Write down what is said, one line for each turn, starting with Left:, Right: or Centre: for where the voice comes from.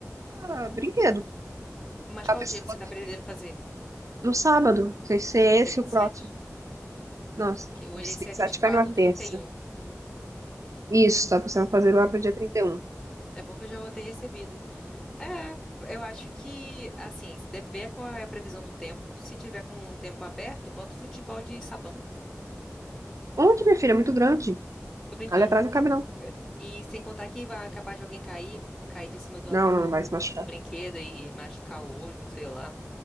Right: vou botar brinquedo.
Centre: Mas
Right: Tá
Centre: qual
Right: pensando
Centre: o dia que
Right: botar
Centre: você está pretendendo fazer?
Right: no sábado. Não sei se é esse
Centre: Dia 27?
Right: o próximo. Nossa,
Centre: Que hoje-
Right: se
Centre: Esse
Right: pensar,
Centre: é vinte
Right: tiver
Centre: e quatro,
Right: numa
Centre: trinta
Right: terça.
Centre: e um?
Right: Isso, tá pensando em fazer lá pro dia trinta e um.
Centre: É bom que eu já vou ter recebido. É, eu acho que, assim, se deve ver qual é a previsão do tempo. Se tiver com o tempo aberto, bota o futebol de sabão.
Right: Onde, minha filha? É muito grande.
Centre: Tô brincando.
Right: Ali atrás não cabe, não.
Centre: É. E sem contar que vai capaz de alguém cair, cair de cima do,
Right: Não,
Centre: apa-
Right: não,
Centre: do,
Right: vai se machucar.
Centre: do brinquedo e machucar o olho, sei lá.